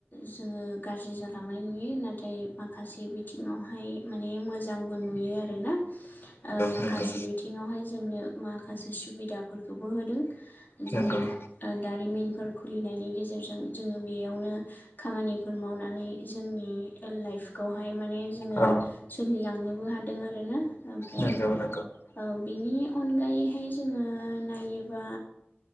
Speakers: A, on the left (about 45°); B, on the left (about 80°).
A: जोङो गाज्रि जालांनाय नुयो नाथाय माखासे बिथिं आवहाय माने मोजांबो नुयो आरोना ओ माखासे
B: नंगौ नंगौ
A: बिथिङावहाय जोंनो माखासे सुबिदाफोरखौबो होदों जेरै
B: नंगौ औ
A: ओ दारिमिनफोर खुलिनायनि गेजेरजों जोङो बेयावनो खामानिफोर मावनानै जोंनि ओ लाइफखौहाय मा ने जोङो
B: औ
A: सोलिलांनोबो हादों आरोना ओमफ्राय
B: नंगौ नंगौ
A: ओ बिनि अनगायैहाय जोङो नायोबा